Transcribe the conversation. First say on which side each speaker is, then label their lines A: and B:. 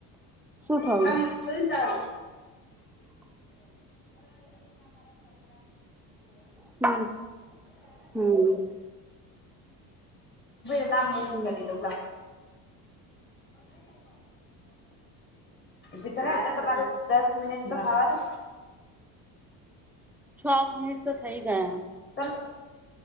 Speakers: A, in the centre; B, on the left.
A: શું થયું
B: સુતા
A: હમ હમ
B: <unintelligible> <unintelligible> લાવ હુ, જ
A: હમ
B: કરી દેમ. ઊભી, તો રેય દસ મિનિટ તો થવા દે
A: છ, મનિટ તો થઈ ગઇ.
B: તો